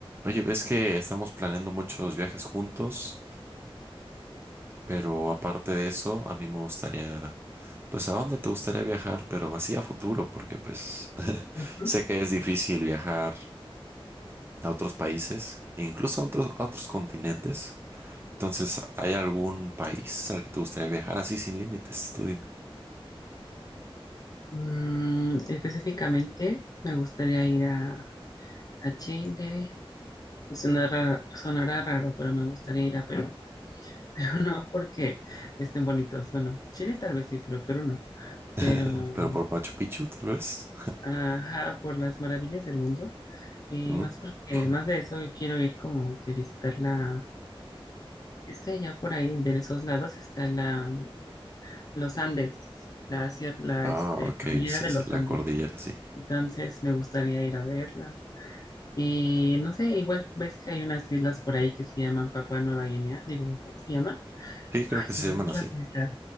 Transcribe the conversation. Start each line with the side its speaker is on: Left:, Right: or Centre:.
Right: Oye, ves que estamos planeando muchos viajes juntos, pero aparte de eso, a mí me gustaría, pues, ¿a dónde te gustaría viajar? Pero así a futuro, porque pues <laughs>
Left: Ujú.
Right: sé que es difícil viajar a otros países, e incluso a otros, a otros continentes. Entonces, ¿hay algún país al que te gustaría viajar así sin límites? Tú dime.
Left: Mm, específicamente me gustaría ir a, a Chile y sonará, sonará raro, pero me gustaría ir a Perú. <laughs> Pero no porque estén bonitos. Bueno, Chile tal vez sí, pero Perú no.
Right: <laughs>
Left: Pero,
Right: Pero por Machu Picchu, tal vez.
Left: ajá, por las maravillas del mundo. Y
Right: ¿Mm?
Left: más porque,
Right: <clears throat>
Left: más de eso, yo quiero ir como que visitar la... Es que allá por ahí, de esos lados, está la, los Andes, la, cier- la
Right: Ah,
Left: este,
Right: ok,
Left: cordillera
Right: sí,
Left: de
Right: sí,
Left: los
Right: la
Left: Andes.
Right: cordillera, sí.
Left: Entonces me gustaría ir a verla Y no sé, igual ves que hay unas islas por ahí que se llaman Papua Nueva Guinea. Digo, ¿cómo se llaman?
Right: Sí, creo
Left: Ay,
Right: que
Left: se
Right: se
Left: me
Right: llaman
Left: olvidan
Right: así.
Left: las islas.